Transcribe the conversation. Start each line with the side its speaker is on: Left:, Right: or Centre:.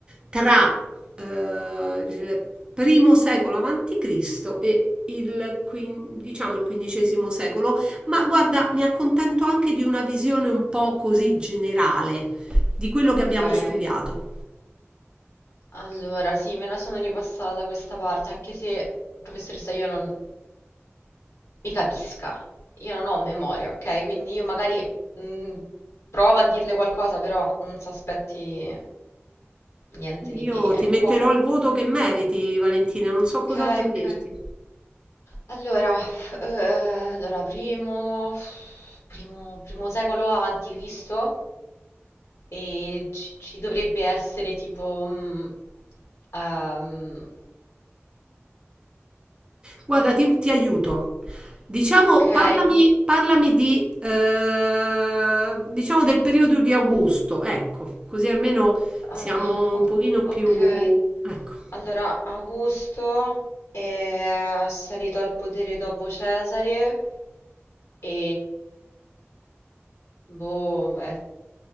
Right: tra eh, il primo secolo avanti Cristo e il, quin- diciamo, il quindicesimo secolo ma guarda, mi accontento anche di una visione un po' così generale di quello
Left: Ok.
Right: che abbiamo Okay. studiato.
Left: Allora, sì, me la sono ripassata da questa parte, anche se, professoressa, io non mi capisca. Io non ho memoria, ok? Quindi io magari mm, provo a dirle qualcosa, però non si aspetti niente di
Right: Io
Left: che,
Right: ti
Left: ecco.
Right: metterò il voto che meriti, Valentina, non so cos'altro
Left: Ok, ok.
Right: dirti.
Left: Allora, f- eh, allora primo, primo, primo secolo avanti Cristo e ci, ci dovrebbe essere tipo mm, Ehm,
Right: Guarda, ti, ti aiuto. Diciamo,
Left: ok,
Right: parlami, parlami di, eh, diciamo del periodo di Augusto, ecco, così almeno
Left: ah,
Right: siamo un
Left: o-
Right: pochino Ok. più...
Left: ok.
Right: Ecco,
Left: Allora, Augusto è salito al potere dopo Cesare e boh, è,